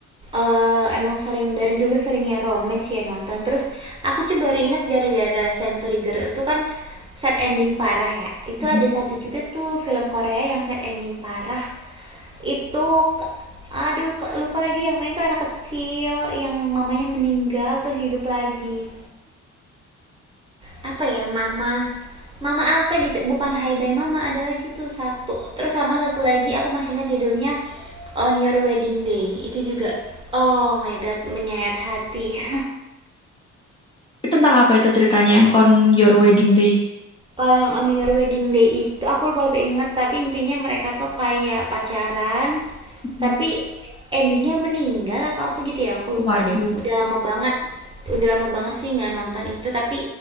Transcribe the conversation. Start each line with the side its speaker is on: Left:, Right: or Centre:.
Right: eh, emang sering dari dulu seringnya romance ya nonton. Terus aku tuh baru inget gara-gara Century Girl itu kan sad ending parah ya. Itu
Left: Mm.
Right: ada satu juga tuh film Korea yang sad ending parah. Itu aduh lupa lagi yang main tuh anak kecil yang mamanya meninggal terus hidup lagi apa ya mama mama apa gitu bukan hi bye mama ada lagi tuh satu terus sama satu lagi aku masih ingat judulnya on your wedding day itu juga oh my god menyayat hati <laughs>
Left: Itu tentang apa itu ceritanya yang On Your Wedding Day?
Right: Kalau yang on your wedding day itu aku lupa lebih inget tapi intinya mereka tuh kayak pacaran
Left: Mm.
Right: tapi endingnya meninggal atau apa gitu ya aku lupa
Left: Waduh.
Right: deh udah lama banget udah lama banget sih nggak nonton itu tapi